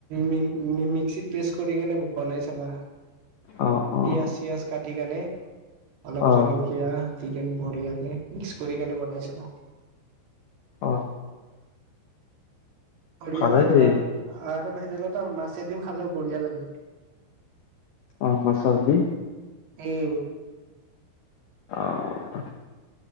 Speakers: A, on the right; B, on the left.
A: মি <unintelligible> মিক্সিত প্ৰেচ কৰি কিনে বনাই চাবা।
B: অ', অ',
A: পিয়াজ-চিয়াজ কাটি কেনে, অলপ
B: অ',
A: জল এইয়া চিকেন পৰি আছে, মিক্স কৰি কেনে বনাই চাব।
B: অ',
A: বঢ়িয়া
B: ভালে
A: লাগে
B: দে
A: বা আৰু ভেদাইলতা মাছ দিও খালোও বঢ়িয়া লাগে।
B: অ', মাছৰ দি।
A: উম।
B: অ',